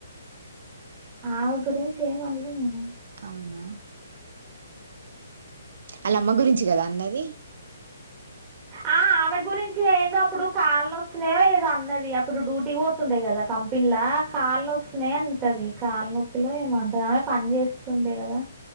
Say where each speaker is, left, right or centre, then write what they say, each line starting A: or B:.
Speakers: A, on the right; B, on the right.
A: ఆమే గురించి ఏం అల్లే నేను
B: అవునా అలా అమ్మ గురించి కదా అన్నది.
A: ఆ ఆమె గురించి అయిందో అప్పుడు కళ్ళునొస్తునాయి లేదో అన్నది. అప్పుడు డ్యూటీకి పోతుండే కదా కంపెనీలా కాళ్న నొస్తున్నాయి అంటది. కాళ్ళనొప్పిలో ఏమంటంది ఆమె పని చేస్తుండే కదా